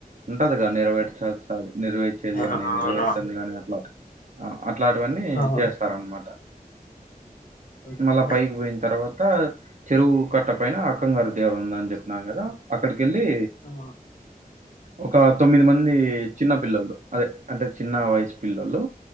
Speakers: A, on the right; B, on the left.
A: ఉంటదిగా నెరవేర్చాల్సాది నెర్వేర్చేది
B: ఆ
A: గాని నివేర్తంది
B: అవునా
A: కాని అట్లా ఆ అట్లాటివన్నీ
B: అవును
A: చేస్తారన్నమాట
B: ఓకే
A: మల్ల పైకి పోయిన తర్వాత్ చెరువు కట్ట పైన అక్కంగారు ఉందని చెప్పినా కదా అక్కడిక్ కెల్లి
B: ఆ
A: ఒక తొమ్మిది మంది చిన్నపిల్లలు అదే అంటే చిన్న వయస్సు పిల్లలు